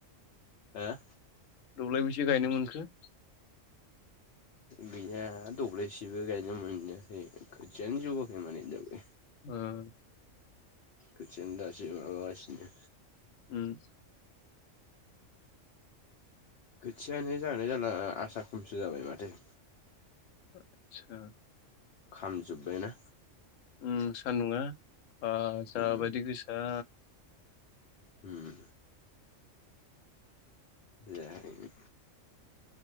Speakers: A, on the left; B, on the left.
A: हो
B: दौलायबैसे गायनो मोनखो?
A: गैया दब्लायसेबो गायनो मोनाखै खोथियानो जौआखै माने दाबो।
B: उम
A: खोथियानो दासो माबागासिनो।
B: उम
A: खोथियानो जागोना जाला आसा खमसो जाबाय माथो।
B: आतसा
A: खामजोब्बाय ना।
B: उम सानदुंआ ओ जाबायदि
A: उम
B: गोसा।
A: उम जायाखैनो।